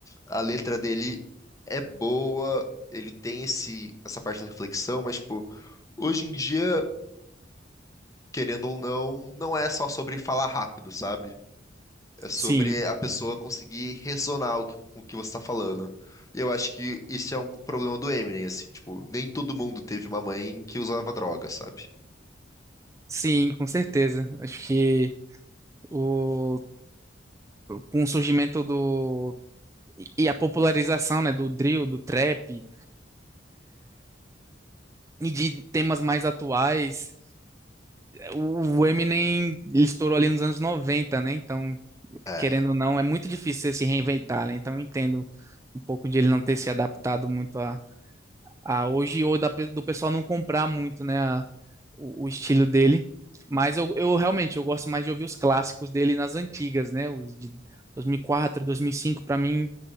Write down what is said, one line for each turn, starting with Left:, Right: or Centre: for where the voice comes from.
Left: a letra dele é boa, ele tem esse, essa parte da reflexão, mas, tipo, hoje em dia. querendo ou não, não é só sobre falar rápido, sabe? É sobre
Right: sim,
Left: a pessoa conseguir ressonar o que- com o que você tá falando. E eu acho que isso é um problema do Eminem, assim, tipo, nem todo mundo teve uma mãe que usava droga, sabe?
Right: sim, com certeza. Acho que o com o surgimento do e a popularização, né, do drill, do trap e de temas mais atuais, o Eminem ele estourou ali nos anos noventa né? Então,
Left: É.
Right: querendo ou não, é muito difícil você se reinventar, né? Então, eu entendo um pouco de ele não ter se adaptado muito a hoje ou da pe- do pessoal não comprar muito, né, a- o, o estilo dele. Mas eu, eu realmente eu gosto mais de ouvir os clássicos dele nas antigas, né, os de 2004, 2005 para mim,